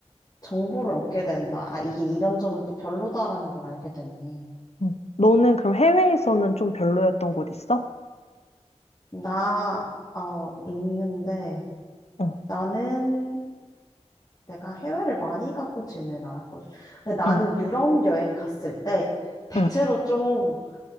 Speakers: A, on the left; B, on the left.
A: 정보를 얻게 된다. 아, 이게 이런 점은 또 별로다라는 걸 알게 되니.
B: 응. 너는 그럼 해외에서는 좀 별로였던 곳 있어?
A: 나, 어, 있는데,
B: 응,
A: 나는 내가 해외를 많이 가보지는 않았거든. 근데 나는
B: 응,
A: 유럽 여행 갔을 때 대체로
B: 응.
A: 좀,